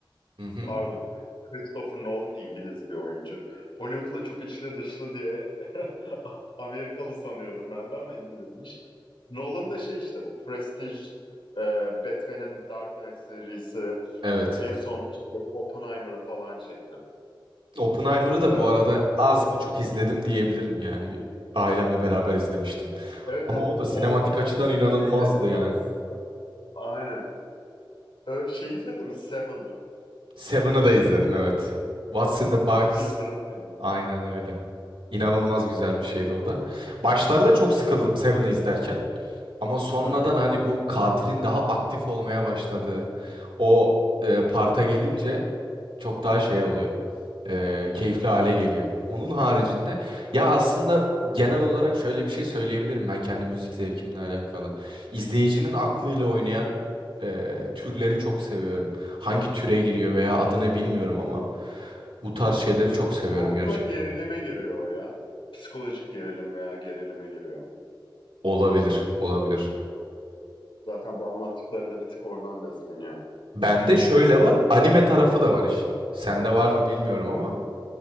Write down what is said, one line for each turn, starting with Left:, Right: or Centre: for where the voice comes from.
Right: Hı hı.
Left: Pardon. Christopher Nolan İngiliz bir oyuncu. Hollywood'la çok içli dışlı diye <laughs> Amerikalı sanıyordum ben de ama İngilizmiş. Nolan da şey işte bu Prestige, e, Batman'in Dark Knight serisi,
Right: Evet.
Left: en son işte bu Oppenheimer falan çekti.
Right: Oppenheimer'ı da
Left: E,
Right: bu arada az buçuk izledim diyebilirim yani. Bir Ailemle beraber izlemiştim.
Left: evet
Right: Ama
Left: evet.
Right: o da sinematik
Left: Orada farklı
Right: açıdan inanılmazdı
Left: bir şey denedi
Right: yani.
Left: aslında. Aynen. Ee, şey izledin mi Seven'ı?
Right: Seven'ı da izledim evet. What's in the Box.
Left: O da Fincher'ın filmi.
Right: Aynen öyle. İnanılmaz güzel bir şeydi o da. Başlarda çok sıkıldım Seven'ı izlerken. Ama sonradan
Left: Hı hı.
Right: hani bu katilin daha aktif olmaya başladığı o e, parta gelince çok daha şey oluyor. e, keyifli hale geliyor. Onun haricinde ya aslında genel olarak şöyle bir şey söyleyebilirim ben kendi müzik zevkimle alakalı. İzleyicinin aklıyla oynayan e, türleri çok seviyorum. Hangi türe giriyor veya adını bilmiyorum ama bu tarz şeyleri çok seviyorum
Left: Çoğunlukla
Right: gerçekten.
Left: gerilime giriyor o ya. Psikolojik gerilim veya gerilime giriyor.
Right: Olabilir, olabilir.
Left: Zaten bu anlattıklarında bir tık oradan besleniyor.
Right: Bende şöyle var, anime tarafı da var işin. Sende var mı bilmiyorum ama